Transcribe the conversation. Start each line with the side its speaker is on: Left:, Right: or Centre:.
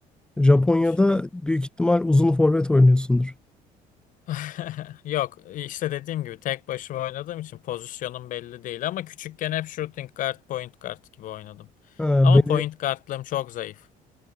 Centre: Japonya'da
Left: Tek başıma.
Centre: büyük ihtimal uzun forvet oynuyorsundur.
Left: <laughs> Yok işte dediğim gibi tek başıma oynadığım için pozisyonum belli değil ama küçükken hep shooting guard, point guard gibi oynadım.
Centre: Ha,
Left: Ama
Centre: beni
Left: point
Centre: hep,
Left: guardlığım çok zayıf.